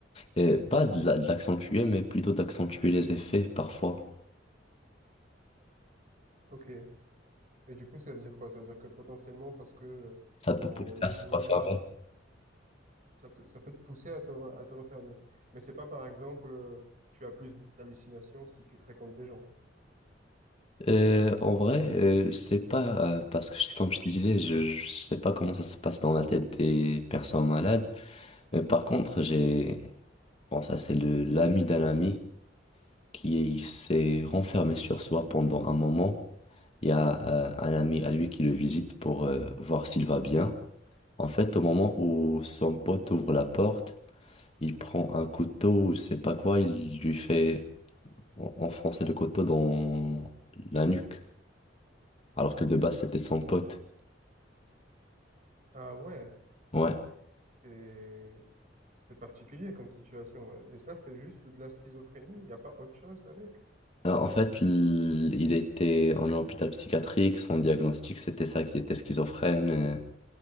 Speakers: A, on the left; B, on the right.
A: Et pas de la- de l'accentuer, mais plutôt d'accentuer les effets parfois.
B: Ok. Et du coup, ça veut dire quoi? Ça veut dire que potentiellement, parce que euh,
A: Ça peut
B: on
A: pousser à
B: évolue,
A: se refermer.
B: ça te- ça peut te pousser à te, re- à te refermer. Mais c'est pas, par exemple, euh, tu as plus d'hallucinations si tu fréquentes des gens.
A: Euh, en vrai, euh, je sais pas, euh, parce que je- comme je te disais, je, je sais pas comment ça se passe dans la tête des personnes malades. Mais par contre, j'ai, bon, ça c'est le l'ami d'un ami qui s'est renfermé sur soi pendant un moment. Il y a euh, un ami à lui qui le visite pour euh, voir s'il va bien. En fait, au moment où son pote ouvre la porte, il prend un couteau ou je sais pas quoi, il lui fait en- enfoncer le couteau dans la nuque, alors que de base c'était son pote.
B: Ah ouais,
A: Ouais.
B: c'est, c'est particulier comme situation. ouais. Et ça, c'est juste de la schizophrénie. Il n'y a pas autre chose avec.
A: Alors, en fait, l- il était en hôpital psychiatrique. Son diagnostic, c'était ça, qu'il était schizophrène. euh,